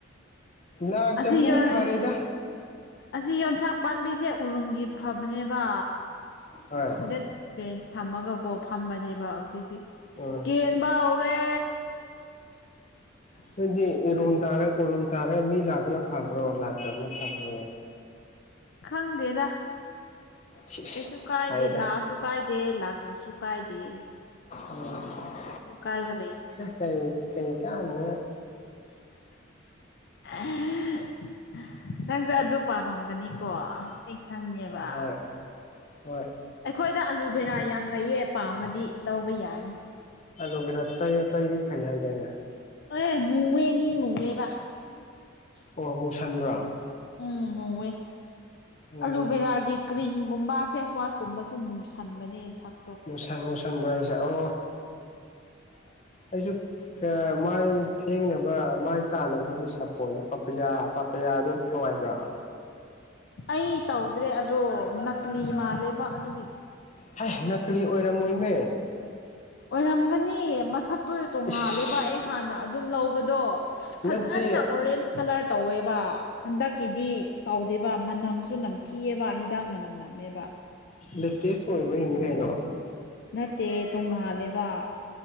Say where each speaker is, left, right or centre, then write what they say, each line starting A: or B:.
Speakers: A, on the left (about 35°); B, on the left (about 55°).
A: ꯂꯥꯛꯇꯕꯗꯨꯅ
B: ꯑꯁꯤꯁ
A: ꯐꯔꯦꯗ
B: ꯌꯣ ꯑꯁꯤ ꯌꯣꯟꯁꯥꯛ ꯄꯥꯝꯕꯤꯁꯦ ꯎꯔꯨꯝꯒꯤ ꯐꯕꯅꯦꯕ
A: ꯍꯣꯏ
B: ꯁꯤꯗ ꯕꯦꯟꯁ ꯊꯝꯃꯒꯀꯣ ꯐꯝꯕꯅꯦꯕ ꯍꯧꯖꯤꯛꯇꯤ
A: ꯎꯝ
B: ꯀꯦꯟꯕ ꯍꯧꯔꯦ
A: ꯑꯗꯨꯗꯤ ꯎꯔꯨꯝ ꯇꯔ ꯎꯔꯨꯝ ꯇꯥꯔꯒ ꯃꯤ ꯂꯥꯛꯄꯅ ꯐꯕ꯭ꯔꯣ ꯂꯥꯛꯇꯕꯅ ꯐꯕ꯭ꯔꯣ
B: ꯈꯪꯗꯦꯗ
A: ꯁꯤꯁ
B: ꯑꯩꯁꯨ ꯀꯥꯏꯗꯦ
A: ꯍꯥꯏꯗ
B: ꯂꯥꯛꯑꯁꯨ ꯀꯥꯏꯗꯦ ꯂꯥꯛꯇ꯭ꯔꯁꯨ ꯀꯥꯏꯗꯦ
A: ꯎꯝ
B: ꯀꯩꯁꯨ ꯀꯥꯏꯕ ꯂꯩꯗꯦ
A: ꯀꯩ ꯀꯩ ꯌꯥꯝꯅ
B: <inaudible> ꯅꯪꯗꯣ ꯑꯗꯨ ꯄꯥꯝꯂꯝꯝꯒꯅꯤꯀꯣ ꯈꯪꯉꯦꯕ
A: ꯍꯣꯏ ꯍꯣꯏ
B: ꯑꯩꯈꯣꯏꯗ ꯑꯂꯨꯚꯦꯔꯥ ꯌꯥꯝ ꯂꯩꯌꯦ ꯄꯥꯝꯃꯗꯤ ꯂꯧꯕ ꯌꯥꯅꯤ
A: ꯑꯗꯨ ꯕꯤꯔꯥ ꯇꯩꯌꯣ ꯇꯩꯗꯤ ꯐꯩ ꯍꯥꯏꯗꯅꯦ
B: ꯑꯦ ꯃꯑꯣꯋꯦꯃꯤ ꯃꯤ ꯃꯑꯣꯋꯦꯕ
A: ꯑꯣ ꯃꯨꯁꯟꯕ꯭ꯔꯥ
B: ꯎꯝ ꯍꯋꯦ
A: ꯎꯝ
B: ꯑꯂꯨꯕꯦꯔꯥꯒꯤ ꯀ꯭ꯔꯤꯝꯒꯨꯝꯕ ꯐꯦꯁꯋꯥꯁꯀꯨꯝꯕꯁꯨ ꯃꯨꯁꯟꯕꯅꯦ ꯁꯛ
A: ꯃꯨꯁꯥꯟ ꯃꯨꯁꯟ ꯔꯥꯏꯁꯦ ꯑ
B: <unintelligible>
A: ꯑꯩꯁꯨ ꯃꯥꯏ ꯐꯦꯡꯅꯕ ꯃꯥꯏ ꯇꯥꯟꯅꯕꯒꯤ ꯁꯥꯄꯣꯟꯁꯦ ꯄꯄꯌꯥ ꯄꯄꯌꯥꯗꯨ ꯅꯨꯡꯉꯥꯏꯕ꯭ꯔꯥ
B: ꯑꯩ ꯇꯧꯗ꯭ꯔꯦ ꯑꯗꯣ ꯅꯛꯂꯤ ꯃꯥꯜꯂꯦꯕ ꯑꯗꯨꯒꯤ
A: ꯍ ꯅꯅꯥꯀꯂꯤ ꯑꯣꯏꯔꯝꯃꯣꯏꯃꯦ
B: ꯑꯣꯏꯔꯝꯒꯅꯤ ꯃꯁꯛꯇꯨ ꯇꯣꯡꯉꯥꯜꯂꯦꯕ
A: ꯏꯁ
B: ꯑꯦ ꯍꯥꯟꯅ ꯑꯗꯨꯝ ꯂꯧꯕꯗꯣ ꯐꯖꯅ
A: ꯅꯠꯇꯦ
B: ꯑꯣꯔꯦꯟꯁ ꯀꯂꯔ ꯇꯧꯋꯦꯕ ꯍꯟꯗꯛꯀꯤꯗꯤꯥ ꯑꯗꯨꯕ ꯃꯅꯝꯁꯨ ꯅꯝꯊꯤꯑꯕ ꯍꯤꯗꯥꯛ ꯃꯅꯝ ꯅꯝꯃꯦꯕ
A: ꯂꯦꯇꯦꯁ ꯑꫭꯏꯕꯒꯤꯅꯤ ꯀꯩꯅꫭ
B: ꯅꯠꯇꯦ ꯇꯣꯡꯉꯥꯜꯂꯦꯕ